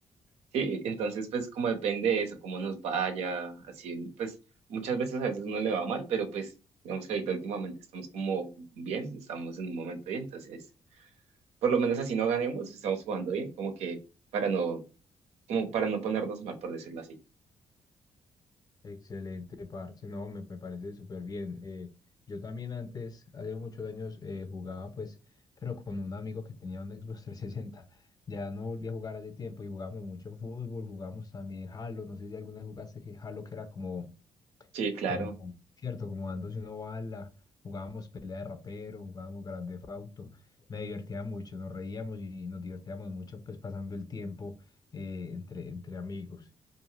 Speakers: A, on the right; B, on the left.
A: sí, entonces pues como depende de eso, cómo nos vaya, así, pues muchas veces a veces uno le va mal, pero pues digamos que ahorita últimamente estamos como bien, estamos en un momento bien, entonces por lo menos así no ganemos, estamos jugando bien, como que para no como para no ponernos mal, por decirlo así.
B: Excelente, parce. No, me, me parece súper bien. Eh, yo también antes, hace muchos años, eh, jugaba pues, pero con un amigo que tenía un Xbox <laughs> 360. Ya no volví a jugar hace tiempo y jugamos mucho fútbol, jugamos también Halo. No sé si alguna vez jugaste que Halo, que era como,
A: Sí, claro.
B: como, cierto, como dándose una bala. Jugábamos pelea de rapero, jugábamos Grand Theft Auto. Me divertía mucho, nos reíamos y nos divertíamos mucho pues pasando el tiempo eh, entre, entre amigos